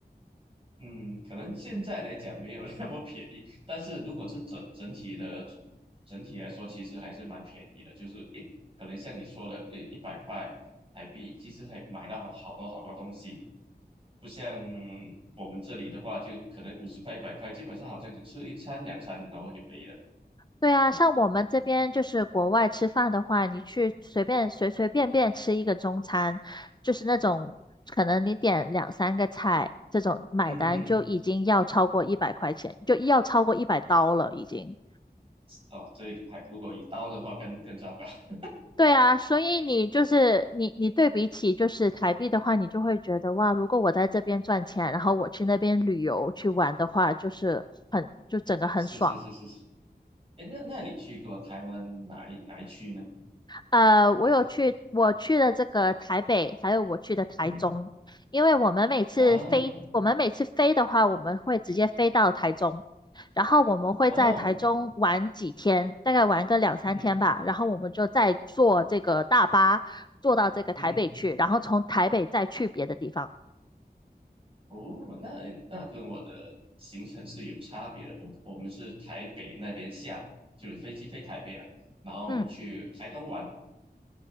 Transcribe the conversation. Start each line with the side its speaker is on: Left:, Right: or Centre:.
Right: 嗯，可能现在来讲没有那么便宜，但是如果是整整体的整体来说，其实还是蛮便宜的。就是诶，可能像你说的，诶，一百块台币，其实还买到好多好多东西，不像我们这里的话，就可能五十块、一百块，基本上好像就吃一餐两餐，然后就没了。
Left: 对啊，像我们这边就是国外吃饭的话，你去随便随随便便吃一个中餐，就是那种可能你点两三个菜，这种买单就已经要超过一百块钱，
Right: 嗯哼哼，
Left: 就要超过一百刀了已经。
Right: 哦，这个还如果一刀的话更更糟糕。<laughs>
Left: 对啊，所以你就是你，你对比起就是台币的话，你就会觉得哇，如果我在这边赚钱，然后我去那边旅游去玩的话，就是很，就整个很爽。
Right: 是是是是是，哎，那那你去过台湾哪一哪一区呢？
Left: 呃，我有去，
Right: 还是
Left: 我去了这个台北，还有我去的台中，
Right: 嗯哼
Left: 因为我们每次飞，
Right: 啊
Left: 我们每次飞的话，我们会直接飞到台中，然后我们会在台中玩几天，
Right: 哦
Left: 大概玩个两三天吧，
Right: 嗯哼
Left: 然后我们就再坐这个大巴坐到这个台北去，
Right: 嗯哼。嗯
Left: 然后从台北再去别的地方。
Right: 哦，那那跟我的行程是有差别的。我我们是台北那边下，就是飞机飞台北了然后我们去台东玩。
Left: 嗯，